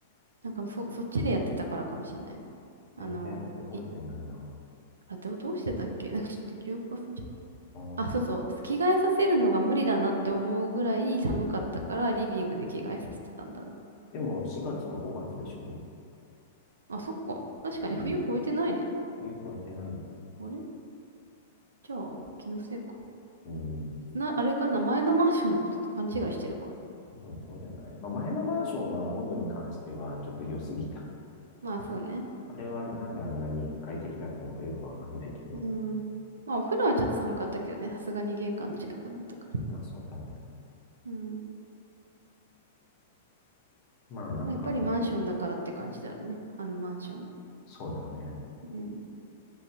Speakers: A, on the right; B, on the left.
A: なんかそ、そっちでやってたからかもしんない。あの、
B: 全然覚えてないな。
A: い、あ、どう、どうしてたっけなんかちょっと記憶忘れちゃった。
B: ああ、
A: あ、そうそう。着替えさせるのが無理だなって思うぐらい寒かったからリビングで着替えさせてたんだな。
B: でも4月か5月でしょうね
A: あ、そっか。確かに冬越えてないね。
B: うん。冬超えてないよ。
A: あれじゃあ、気のせいか。
B: うん。
A: な、あれかな、前のマンションのことと勘違いしてるか。
B: 多分そうじゃない。まあ前のマンションは温度に関してはちょっと良すぎた
A: うん。まあ、そうね。
B: あれはなんであんなに快適だったのかよくわかんないけど、
A: うん。まあ、お風呂はちょっと寒かったけどね、さすがに玄関の近くだったから。
B: まあそうだね。
A: うん。
B: まあなんかほんと、
A: まあやっぱりマンションだからって感じだろうね。あのマンション。
B: そうだね。
A: うん。